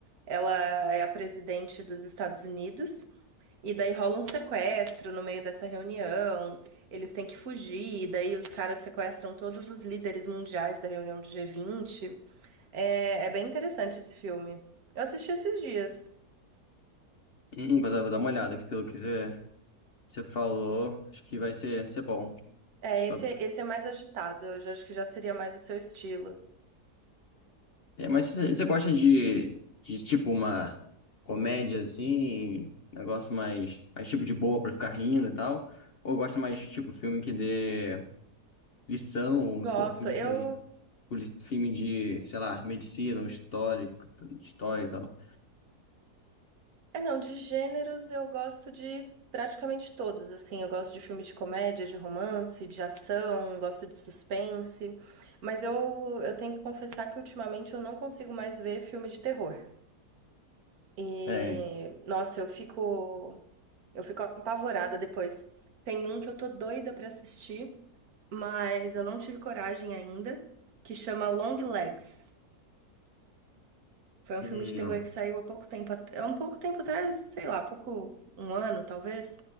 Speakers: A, on the right; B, on the left.
A: ela é a presidente dos Estados Unidos. E daí rola um sequestro no meio dessa reunião, eles têm que fugir, e daí os caras sequestram todos os líderes mundiais da reunião do G20. É, é bem interessante esse filme. Eu assisti esses dias.
B: Hum, vou dar, vou dar uma olhada, que pelo que você, você falou, acho que vai ser, ser bom.
A: É,
B: Tá-
A: esse, é, esse é mais agitado, eu já- acho que já seria mais o seu estilo.
B: É, mas você você gosta de, de tipo uma comédia assim, negócio mais, mais tipo de boa pra ficar rindo e tal? Ou gosta mais tipo filme que dê lição, ou
A: Gosto.
B: se for filme
A: Eu.
B: que poli- filme de, sei lá, medicina, ou histórico, história e tal.
A: É, não, de gêneros eu gosto de praticamente todos, assim, eu gosto de filme de comédia, de romance, de ação, gosto de suspense, mas eu, eu tenho que confessar que ultimamente eu não consigo mais ver filme de terror. E,
B: É,
A: nossa, eu fico, eu fico apavorada depois. Tem um que eu tô doida pra assistir, mas eu não tive coragem ainda, que chama Long Legs. Foi um
B: hum,
A: filme de terror
B: não.
A: que saiu há pouco tempo, at- há um pouco tempo atrás, sei lá, pouco, um ano talvez.